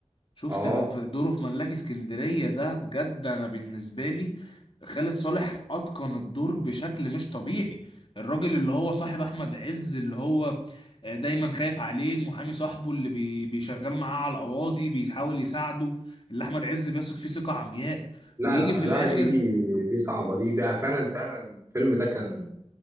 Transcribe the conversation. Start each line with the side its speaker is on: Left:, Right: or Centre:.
Left: شفت
Right: اه
Left: في دوره في ملاك اسكندرية ده بجد انا بالنسبة لي خالد صالح اتقن الدور بشكل مش طبيعي الراجل اللي هو صاحب احمد عز اللي هو دايما خايف عليه المحامي صاحبه اللي بي- بيشغل معاه على القواضي بيحاول يساعده اللي احمد عز بيثق فيه ثقة عمياء
Right: لا
Left: ويجي
Right: لا
Left: في
Right: لا
Left: الاخر
Right: دي دي صعبه دي ده فعلا فعلا الفيلم ده كان